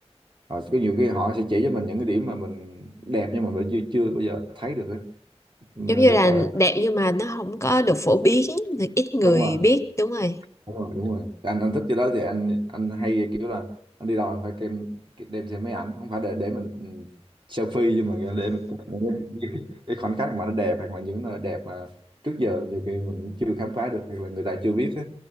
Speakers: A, on the right (about 45°); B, on the left (about 25°).
A: Ờ, cái nhiều khi họ sẽ chỉ cho mình những cái điểm mà mình đẹp nhưng mà mình chưa chưa bao giờ thấy được ấy. Nên
B: giống như
A: rất
B: là
A: là
B: đẹp nhưng mà nó không có được phổ biến thì ít người
A: đúng rồi
B: biết đúng rồi
A: đúng rồi đúng rồi anh anh thích cái đó thì anh anh hay kiểu là anh đi đâu anh phải đem đem theo máy ảnh không phải để để mình ừ, selfie nhưng mà để mình chụp những cái, cái khoảnh khắc mà nó đẹp hoặc là những nơi đẹp mà trước giờ nhiều khi mình chưa khám phá được hoặc là người ta chưa biết á